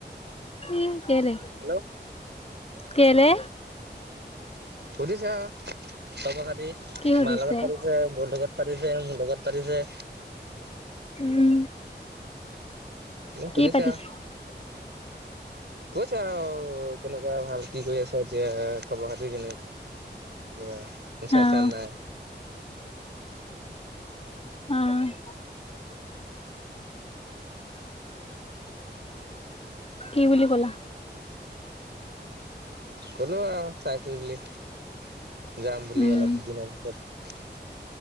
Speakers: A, on the left; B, on the right.
A: উম কেলে
B: হেল্ল'
A: কেলে
B: সুধিছো চা খবৰ খাতি
A: কি সুধিছে?
B: মা লগত পাতিছা বৌ লগত পাতিছে যেমোৰ লগত পাতিছে <inaudible>
A: উম,
B: হেল্ল সুধিছে
A: কি পাতিছে?
B: আও কৈছে আৰু কেনেকুৱা ভাল কি কৰি আছে কি কৰি আছে এতিয়া খবৰ খাতি কেনেকুৱা চাই
A: অ',
B: চা নাই
A: অ'। কি বুলি ক'লা
B: কলো আৰু চাইছো বুলি যাম বুলি
A: উম,
B: অলপ দিনৰ পিছত